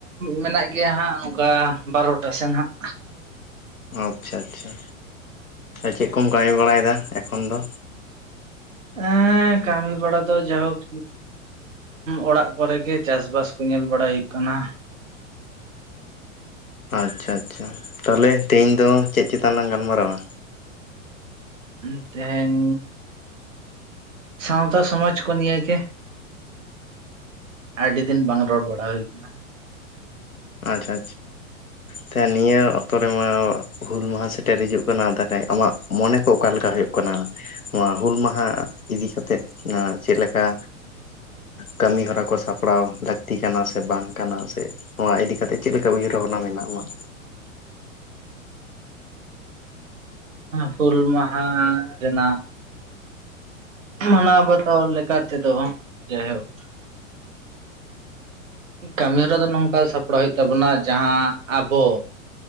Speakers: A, on the right; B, on the left.
A: ᱢᱮᱱᱟᱜ ᱜᱮᱭᱟ ᱦᱟᱸᱜ ᱚᱱᱠᱟ ᱵᱟᱨᱚᱴᱟ ᱥᱮᱱ ᱦᱟᱸᱜ
B: ᱟᱪᱷᱟ ᱟᱪᱷᱟ ᱪᱮᱫ ᱠᱚᱢ ᱠᱟᱹᱢᱤ ᱵᱟᱲᱟᱭᱮᱫᱟ ᱮᱠᱷᱚᱱ ᱫᱚ?
A: ᱦᱮᱸ ᱠᱟᱹᱢᱤ ᱵᱟᱲᱟᱟ ᱫᱚ ᱡᱟᱭᱦᱳᱠ ᱚᱲᱟᱜ ᱠᱚᱨᱮᱜᱤ ᱪᱟᱥ ᱵᱟᱥ ᱠᱚ ᱧᱮᱞ ᱵᱟᱲᱟᱭ ᱦᱩᱭᱩᱜ ᱠᱟᱱᱟ
B: ᱟᱪᱪᱷᱟ ᱟᱪᱪᱷᱟ ᱛᱟᱦᱚᱞᱮ ᱛᱮᱦᱮᱧ ᱫᱚ ᱪᱮᱫ ᱪᱮᱛᱟᱱ ᱞᱟᱝ ᱜᱟᱞᱢᱟᱨᱟᱣᱟ
A: ᱤᱧ ᱛᱮᱦᱮᱱᱻᱻᱻ ᱥᱟᱶᱛᱟ ᱥᱚᱢᱟᱡᱽᱠᱚ ᱱᱤᱭᱟ ᱜᱮ ᱟᱹᱰᱤ ᱫᱤᱱ ᱵᱟᱝ ᱨᱚᱲ ᱵᱟᱲᱟ ᱦᱩᱭ ᱟᱠᱟᱱᱟ᱾
B: ᱟᱪᱷᱟ ᱪᱷᱟ ᱱᱤᱭᱟᱹ ᱚᱠᱛᱚ ᱨᱮᱢᱟ ᱦᱩᱞ ᱢᱟᱦᱟ ᱥᱮᱴᱮᱨ ᱦᱤᱡᱩᱜ ᱚᱱᱟ <inaudible> ᱟᱢᱟᱜ ᱢᱚᱱᱮ ᱠᱚ ᱚᱠᱟᱞᱮᱠᱟ ᱦᱩᱭᱩᱜ ᱠᱟᱱᱟ? ᱱᱚᱣᱟ ᱦᱩᱞ ᱢᱟᱦᱟ ᱤᱫᱤ ᱠᱟᱛᱮᱫ ᱦᱟᱸᱜ ᱪᱮᱫᱞᱮᱠᱟ? ᱠᱟᱹᱢᱤᱦᱚᱨᱟ ᱠᱚ ᱥᱟᱯᱲᱟᱣ ᱞᱟᱹᱠᱛᱤ ᱠᱟᱱᱟ ᱥᱮ ᱵᱟᱝ ᱠᱟᱱᱟ ᱥᱮ ᱱᱚᱣᱟ ᱤᱫᱤ ᱠᱟᱛᱮᱫ ᱪᱮᱫ ᱞᱮᱠᱟ ᱩᱭᱦᱟᱹᱨᱵᱷᱟᱵᱱᱟ ᱢᱮᱱᱟᱜ ᱟᱢᱟᱜ?
A: ᱦᱩᱞ ᱢᱟᱦᱟ ᱨᱮᱱᱟᱜ ᱢᱟᱱᱟᱣ ᱵᱟᱛᱟᱣ ᱞᱮᱠᱟ ᱛᱮᱫᱚ ᱡᱟᱭᱦᱳᱠ ᱠᱟᱹᱢᱤᱦᱚᱨᱟ ᱫᱚ ᱱᱚᱝᱠᱟ ᱥᱟᱯᱲᱟᱣ ᱦᱩᱭᱩᱜ ᱛᱟᱵᱚᱱᱟ ᱡᱟᱦᱟᱸ ᱟᱵᱚ